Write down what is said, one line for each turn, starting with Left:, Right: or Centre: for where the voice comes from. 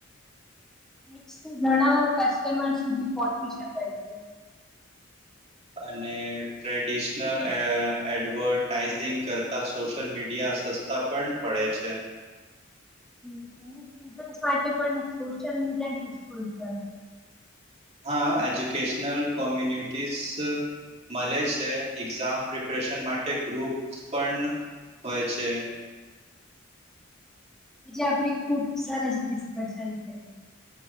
Centre: હ થી ઘણા કસ્ટમર સુધી પહોચી શકાય છે,
Right: અને ટ્રેડિશનલ એડવર્ટાઈઝિંગ કરતા સોશિયલ મીડિયા સસ્તા પણ પડે છે,
Centre: હ એ સ્ટુડ માટે પણ સોશિયલ મીડિયા યુઝફુલ છે,
Right: હા, એજ્યુકેશનલ કોમ્યુનિટીઝ મળે છે, એક્ઝામ પ્રિપરેશન માટે ગ્રુપ્સ પણ હોય છે.
Centre: હજ આપડ ખુબ સરસ ડિસ્કશન છે,